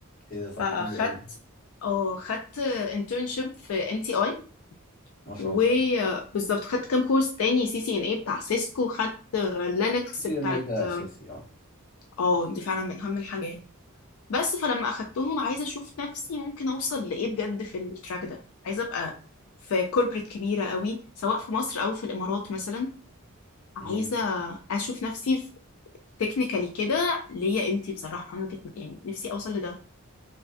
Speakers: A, on the left; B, on the left.
A: ايه ده
B: فخدت
A: طب حلو قوي ده
B: اه خدت internship في NTI
A: ما شاء
B: وبالظبط
A: الله
B: خدت كام كورس تاني سي سي ان اي بتاع سيسكو خدت لينكس
A: سي
B: بتاعت
A: ان ايه ده
B: اه
A: اساسي
B: آه، دي فعلا من اهم الحاجات بس فلما اخدتهم عايزه اشوف نفسي ممكن اوصل لايه بجد في التراك ده عايزه ابقى في كوربريت كبيره قوي سواء في مصر او في الامارات مثلا عايزه
A: اه
B: اشوف نفسي في تكنيكالي كده ليا قيمتي بصراحه انا كنت يعني نفسي اوصل لده